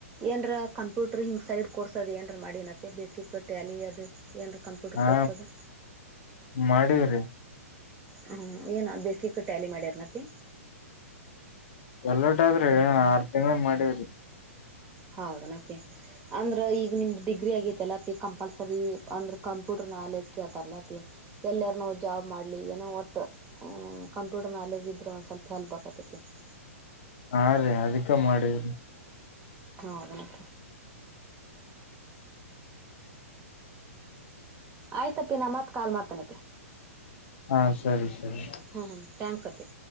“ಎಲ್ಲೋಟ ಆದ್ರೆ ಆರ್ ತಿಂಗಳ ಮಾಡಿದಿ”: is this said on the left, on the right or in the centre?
Left